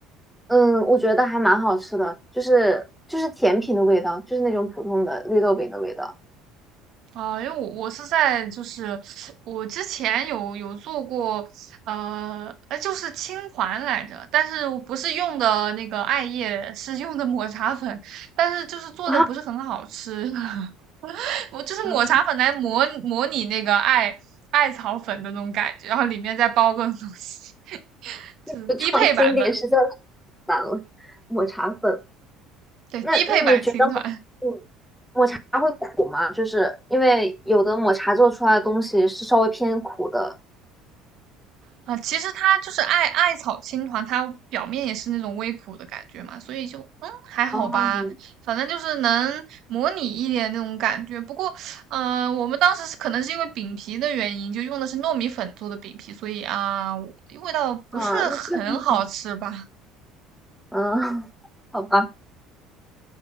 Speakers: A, in the centre; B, on the right.
A: 嗯，我觉得还蛮好吃的，就是就是甜品的味道，就是那种普通的绿豆饼的味道。
B: 哦，因为我我是在就是我之前有有做过，呃，呃，就是青团来着，但是我不是用的那个艾叶，是用的抹茶粉，但是就是做的不是很好吃，
A: 啊，
B: <laughs> 我就是抹茶粉来模模拟那个艾艾草粉的那种感觉，
A: <laughs>
B: 然后里面再包个东西，<laughs> 就是低配版本，
A: 就创新点实在是太难了，抹茶粉。
B: 对，
A: 那那你觉得抹嗯抹茶会苦吗？
B: 低配版青团。
A: 就是因为有的抹茶做出来的东西是稍微偏苦的。
B: 啊，其实它就是艾艾草青团，它表面也是那种微苦的感觉嘛，所以就嗯还好吧，
A: 哦，嗯
B: 反正就是能模拟一点那种感觉。不过，嗯、我们当时是可能是因为饼皮的原因，就用的是糯米粉做的饼皮，所以啊，我味道不是很好吃吧。
A: 啊，那那嗯，<laughs> 好吧，